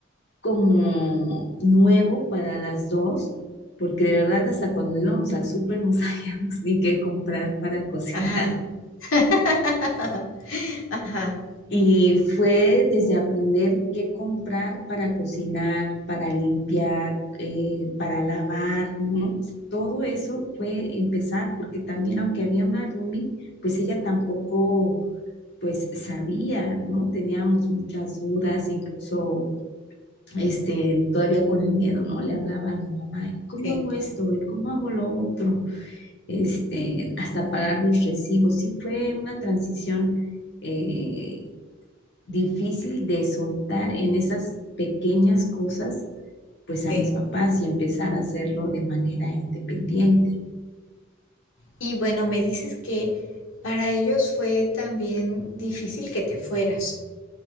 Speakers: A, on the left; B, on the left.
A: como nuevo para las dos, porque de verdad hasta cuando íbamos al súper no <laughs> sabíamos ni qué comprar para cocinar.
B: ajá. <laughs> Ajá,
A: Y fue desde aprender qué comprar para cocinar, para limpiar, eh, para lavar, ¿no? Todo eso fue empezar, porque también aunque había una roomie, pues ella tampoco, pues sabía, ¿no? Teníamos muchas dudas, incluso, este, todavía con el miedo, ¿no? Le hablaba a mi mamá, ¿y cómo
B: sí,
A: hago esto? ¿Y cómo hago lo otro? Este, hasta pagar los recibos. Sí fue una transición eh, difícil de soltar en esas pequeñas cosas, pues a
B: sí.
A: mis papás y empezar a hacerlo de manera independiente.
B: Y bueno, me dices que para ellos fue también difícil que te fueras.